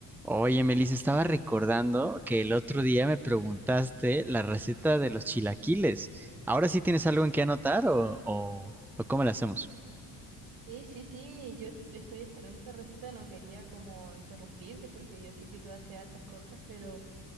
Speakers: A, in the centre; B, on the right.
A: Oye, Melissa, estaba recordando que el otro día me preguntaste la receta de los chilaquiles. ¿Ahora sí tienes algo en qué anotar o, o, o cómo la hacemos?
B: Sí, sí, sí, yo estoy esperando esa receta, no quería como interrumpirte porque yo sé que tú haces hartas cosas, pero